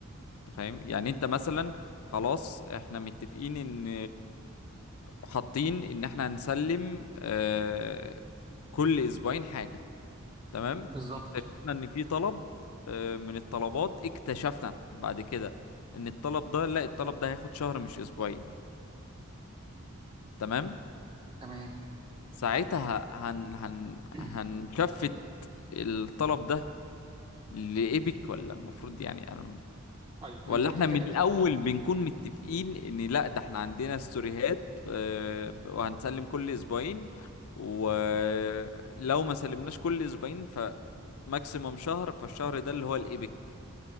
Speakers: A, on the left (about 75°); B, on the right (about 20°).
A: انت فاهم يعني انت مثلا خلاص احنا متفقين ان حاطين ان احنا هنسلم آه، كل اسبوعين حاجة تمام
B: بالظبط
A: اكتشفنا ان في طلب آه، من الطلبات اكتشفنا بعد كده ان الطلب ده لا الطلب ده هياخد شهر مش اسبوعين تمام
B: تمام
A: ساعتها هن هن
B: <clears throat>
A: هنشفت الطلب ده لإيبك ولا المفروض يعني انا
B: طيب
A: ولا
B: انت بتتكلم
A: احنا من
B: في
A: الاول بنكون متفقين ان لا ده احنا عندنا ستوريهات آه، وهنسلم كل اسبوعين ولو ما سلمناش كل اسبوعين فماكسيموم شهر فالشهر ده اللي هو الايبك